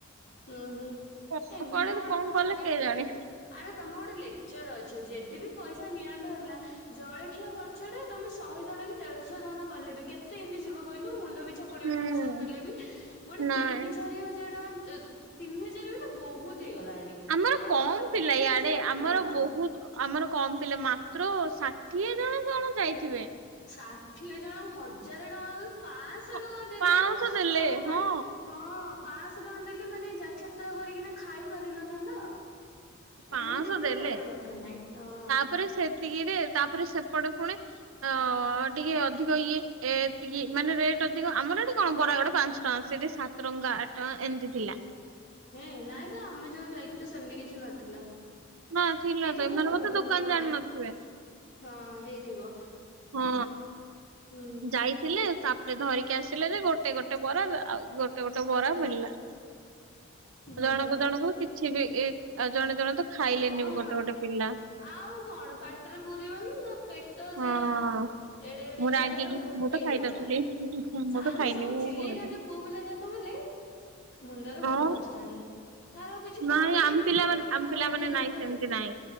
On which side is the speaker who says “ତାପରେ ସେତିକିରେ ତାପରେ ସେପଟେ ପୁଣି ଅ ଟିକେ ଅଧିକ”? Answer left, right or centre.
Right